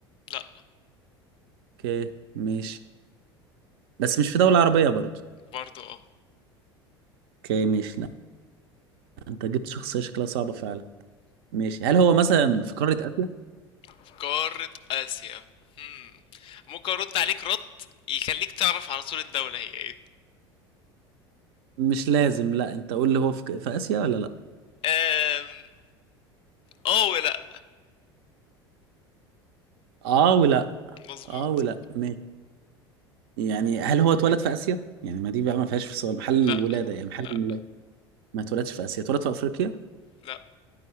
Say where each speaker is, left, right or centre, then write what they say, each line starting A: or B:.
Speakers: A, on the left; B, on the right.
A: لا
B: اوكي ماشي بس مش في دولة عربية برضو
A: برضه اه
B: اوكي ماشي لا انت جبت شخصية شكلها صعبة فعلا. ماشي هل هو مثلا في قارة آسيا؟
A: في قارة آسيا مم. ممكن ارد عليك رد يخليك تعرف على طول الدولة هي ايه
B: مش لازم لا انت قول لي هو في, ك- في آسيا ولا لا
A: آم، اه ولا
B: اه ولا
A: مظبوط
B: اه ولا ماشي يعني هل هو اتولد في آسيا؟ يعني ما دي بقى ما فيهاش في سؤال محل
A: لا
B: الولادة يعني محل
A: لا
B: الميلاد ما اتولدش في آسيا اتولد في أفريقيا
A: لا